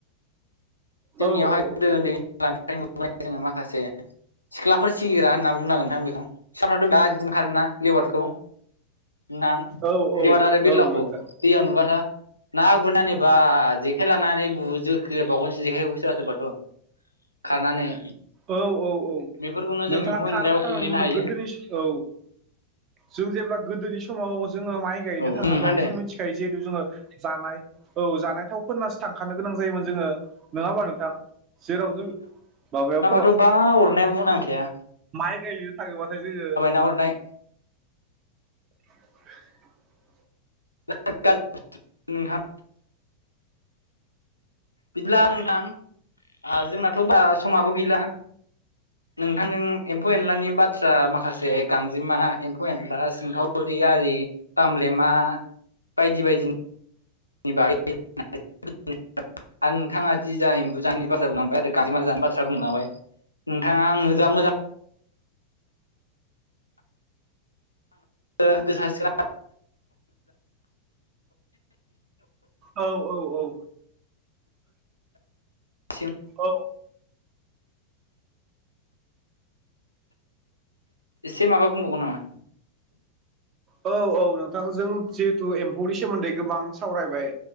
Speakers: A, on the left (about 80°); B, on the right (about 35°).
A: जोंनियावहाय
B: औ औ
A: गोदो ओन्दै <unintelligible> जोङो माखासे सिख्लाफोर सिगिग्रा होनना बुंनांगोन नोंथांं बेखौ फिसाफ्राथ' दा इदिनो ओंखारोना लेवादखौ नां
B: औ
A: लुवार आरो बेदलावखौ
B: औ नोंथां
A: दैयाव नुबाथ' ना गुरनानै बा जेखाइ लानानै बु जोख्रेबबावगोनसो जेखाइखौ सोरबा सोरबाथ' खारनानै
B: औ औ औ
A: बेफोरखौनो
B: नोंथाङा
A: जों एम्फौ
B: थार
A: एनलायाव
B: बाथ्राखौनो
A: खोख्लैनो
B: बुंदों
A: हायो
B: गोदोनि औ जों जेब्ला गोदोनि समाव जोङो माइ गायनो
A: औ
B: थाङोब्लाथ'
A: नोंथां दे
B: जों मिथि थायो जिहेतु जोङो जानाय औ जानाय थाव फोननासो थांखानो गोनां जायोमोन जोङो नोङा ओमबा नोंथां जेराव जों माबायाव
A: थ' बा अरनाया बुंनांखाया
B: माइ गायनो थाङोबाथाय जोङो
A: ना गुरनाय
B: <inaudible>
A: जोबोद गाज्रि <unintelligible> नोंथां बिदिब्ला नोंथां ओ जोंनाथ' बा समाबो गैला। नोंथांजों एम्फौ एनलानि बाथ्रा माखासे गांजेमा एम्फौ एनला सिंखावरि आरि बामब्लेमा बायदि बायदि नि बागै सावरायनानै जोबोद <unintelligible> गोजोननाय <unintelligible> आरो नोंथाङा दि जा एम्बु जानायनि बाथ्रा बुंलांबाय आरो गांजेम जानायनि बाथ्रा बुंलांबाय नोंथाङा आंनो जा मोजां ओ गोसा <unintelligible>
B: औ औ औ।
A: सोरांसिम
B: औ।
A: इसे माबा बुंबावगोन नामा?
B: औ औ नोंथांजों जिहेथु एम्फौनि सोमोन्दै गोबां सावरायबाय।